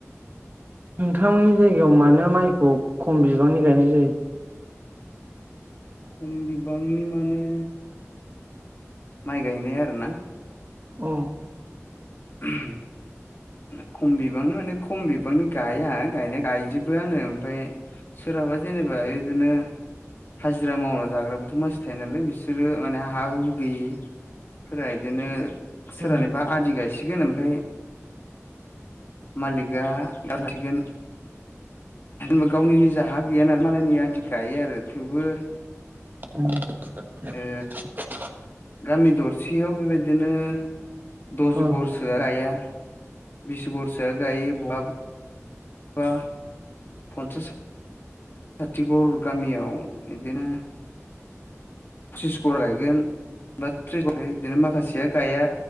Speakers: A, on the right; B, on the left.
A: नोंथांमोननि जायगायाव मानो माइखौ खम बिबांनि गायनाय जायो
B: खम बिबांनि माने माइ गायनाय आरो ना
A: अ
B: <inaudible> खम बिबांनि माने खम बिबांनि गाया गनाय गायजोबो आनो ओमफ्राय सोर हाबा जेनेबा बिदिनो हाजिरा मावना जाग्राबोथ' मानसि थायो नालाय बिसोरो माने हा हुु गैयि फोर बिदिनो सोरहानिबा
A: उम
B: आदि गायसिगोन ओमफ्राय मालिगा <unintelligible> गोन बा गावनिनिज हा गैया नालाय मालायनि आदि गायो आरो थेवबो
A: <unintelligible>
B: ओ गामि दरसेयाव बेबायदिनो दस
A: अ
B: गघरसोआ गाया बिसगरसो गायो बहाब बां पन्सास साथिगर गामियाव बिदिनो त्रिस गघर गायगोन बा त्रिस घर बिदिनो माखासेया गाया